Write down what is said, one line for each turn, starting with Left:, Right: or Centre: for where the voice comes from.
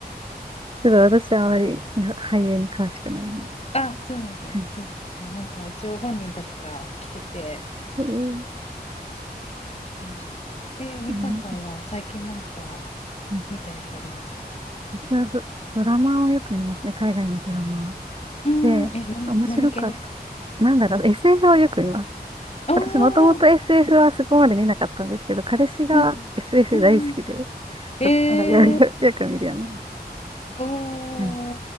Right: ちょっと私はあまりいや俳優に詳しくないもので。
Left: <laughs> あ、そうなんです。
Right: はい
Left: そうそうそう、なんか一応本人たちが来てて、
Right: えー
Left: そう、ちょっと楽しかったです。えーみかんさんは最近なんか
Right: うんうん
Left: 見たやつあります
Right: 私はド、ドラマをよく見ますね。海外のドラマ。
Left: うーん、
Right: で、
Left: え、何、
Right: 面白かっ
Left: 何系ですか
Right: た。なんだろう、SF をよく見ます。
Left: ああ
Right: 私もともと SF はそこまで見なかったんですけど、彼氏が
Left: うん、
Right: SF
Left: うん、
Right: 大好きで、
Left: うん。えー、
Right: そこからよ、<laughs> よく見るようになります。
Left: お
Right: はい。